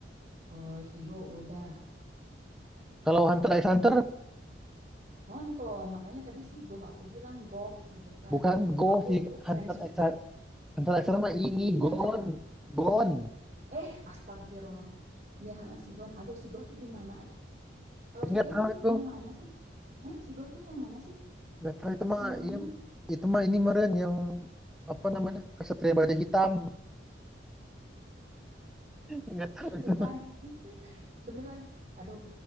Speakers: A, on the right; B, in the centre.
A: eh, Sigo udah
B: Kalau Hunter x Hunter
A: nonton makanya tadi Sigo aku bilang goh gitu kan
B: bukan Go
A: aku
B: sih Hunter
A: fans
B: x Hunter x Hunter mah ini
A: iya
B: Gon
A: kan
B: Gon.
A: eh astagfirullah Iya, heeh, Sigon. Aduh, si Goh tuh di mana? Kalau Sigo
B: Nggak tahu
A: tuh
B: itu
A: yang mana sih? Hah? Sigo tuh yang mana sih
B: nggak tahu itu mah
A: animenya?
B: ini itu mah ini meren yang apa namanya kesatria baja hitam. <laughs> Nggak tahu
A: Bukan, beneran. Aduh,